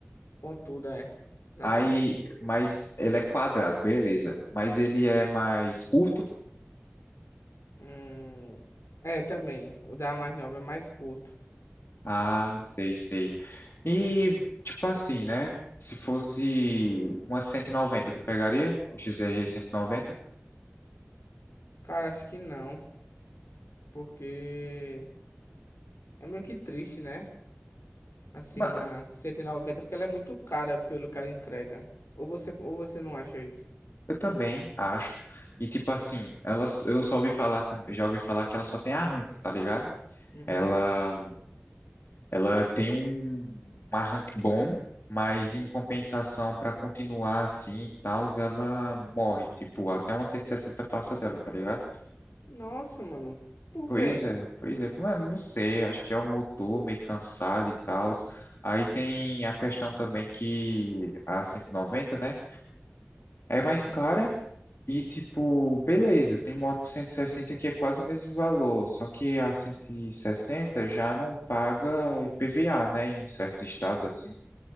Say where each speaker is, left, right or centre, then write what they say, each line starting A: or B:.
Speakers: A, on the left (about 85°); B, on the left (about 65°).
A: Pontuda, é. Exatamente.
B: Aí, mas ele é quadrado, beleza. Mas ele é mais curto
A: Hum, é, também. O da mais nova é mais curto.
B: Ah, sei, sei. E, tipo assim, né? Se fosse uma 190, tu pegaria? O XRE 190?
A: Cara, acho que não, porque. É meio que triste, né? Assim,
B: Ba-
A: uma 190 porque ela é muito cara pelo que ela entrega. Ou você, ou você não acha isso?
B: Eu também, acho. E, tipo assim, ela, eu só ouvi falar também, já ouvi falar que ela só tem arranco, tá ligado?
A: Uhum,
B: Ela, ela tem um, um arranque bom, mas em compensação, pra continuar assim e tal, ela morre. Tipo, até uma 160 passa dela, tá ligado?
A: Nossa, mano. Por
B: Pois
A: quê?
B: é, pois é. Mano, não sei, acho que é o motor meio cansado e tal. Aí tem a questão também que a 190, né? É mais
A: uhum.
B: cara e, tipo, beleza, tem moto 160 que é quase o mesmo valor, só que a 160 já não paga IPVA, né? Em certos estados assim.